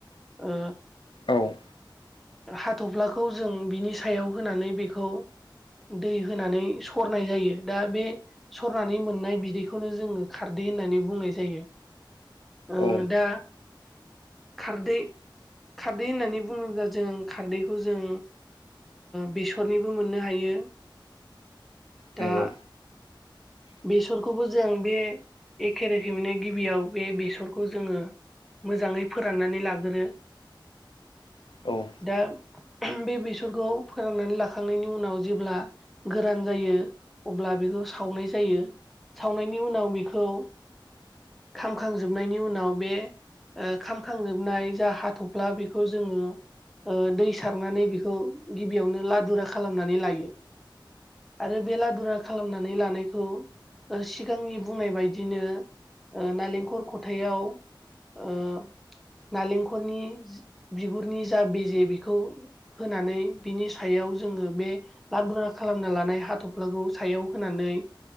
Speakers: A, in the centre; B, on the left (about 85°).
A: ओ
B: औ।
A: हाथ'फ्लाखौ जों बिनि सायाव होनानै बेखौ दै होनानै सरनाय जायो दा बे सरनानै मोननाय बिदैखौनो जोङो खारदै होननानै बुंनाय जायो। ओ
B: औ
A: दा खारदै खारदै होननानै बुङोब्ला जों खारदैखौ जों बेसरनिबो मोननो हायो
B: नंगौ
A: दा बेसरखौबो जों बे एखे रोखोमैनो गिबियाव बे बेसरखौ जोङो मोजाङै फोराननानै लाग्रो।
B: औ।
A: दा बे बेसरखौ फोराननानै लाखांनायनि उनाव जेब्ला गोरान जायो अब्ला बेखौ सावनाय जायो। सावनायनि उनाव बेखौ खामखांजोबनायनि उनाव बे ओ खामखांजोबनाय जा हाथ'फ्ला बेखौ जोङो ओ दै सारनानै बिखौ गिबियावनो लादुरा खालामनानै लायो आरो बेलादुरा खालामनानै लानायखौ ओ सिगांनि बुंनाय बायदिनो ओ नालेंखर खथायाव <inaudible> नालेंखरनि बिगुरनि जा बेजे बेखौ होनानै। बिनि सायाव जोङो बे लादुरा खालामना लानाय हाथ'फ्लाखौ सायाव होनानै